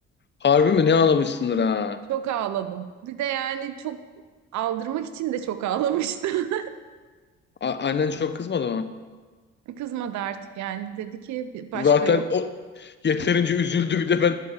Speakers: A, on the left; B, on the right.
A: Harbi mi ne ağlamışsındır ha?
B: Çok ağladım. Bir de yani çok aldırmak için de çok ağlamıştım.
A: A- annen çok kızmadı mı?
B: Kızmadı artık yani. Dedi ki "Bir- başka
A: Zaten
B: yok.
A: o yeterince üzüldü bir de ben